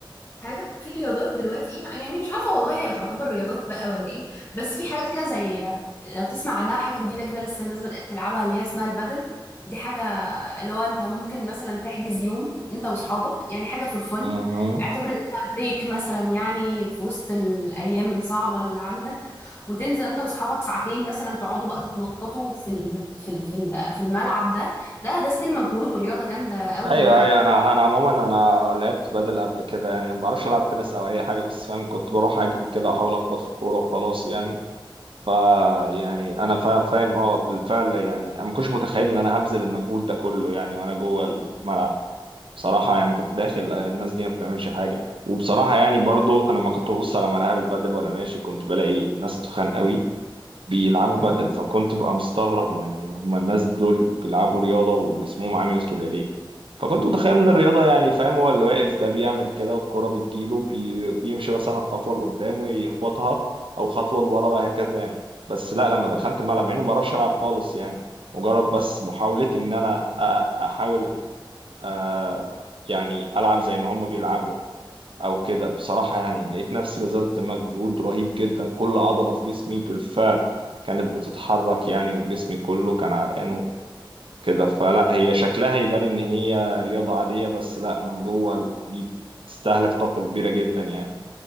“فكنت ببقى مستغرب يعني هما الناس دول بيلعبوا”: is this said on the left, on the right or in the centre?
Right